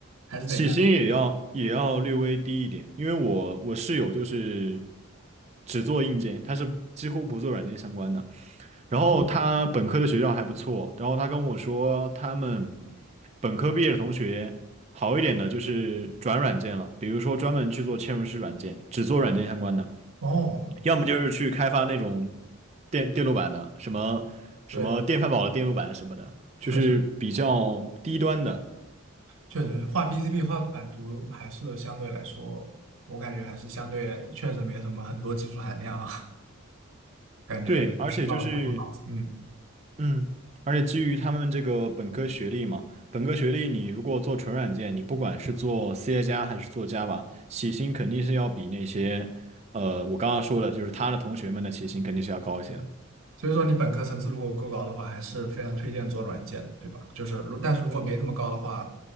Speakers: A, on the right (about 75°); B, on the right (about 30°).
A: 还是得干。
B: 起薪也要也要略微低一点，因为我我室友就是只做硬件，他是几乎不做软件相关的。然后他本科的学校还不错，
A: 哦
B: 然后他跟我说，他们本科毕业的同学好一点的就是转软件了，比如说专门去做嵌入式软件，只做软件相关的；
A: 哦，
B: 要么就是去开发那种电电路板的，什么什么电饭煲的电路板什么的，
A: 对，
B: 就是比较低端的。
A: 确实确实画 PCB 画版图还是相对来说，我感觉还是相对确实没什么很多技术含量啊，感觉不需要太多脑子。
B: 对，而且就是
A: 嗯，
B: 嗯，而且基于他们这个本科学历嘛，本科学历你如果做纯软件，你不管是做 C 加还是做 j 吧，起薪肯定是要比那些，呃，我刚刚说的，就是他的同学们的起薪肯定是要高一些的。
A: 所以说你本科层次如果够高的话，还是非常推荐做软件的，对吧？就是如但是如果没那么高的话，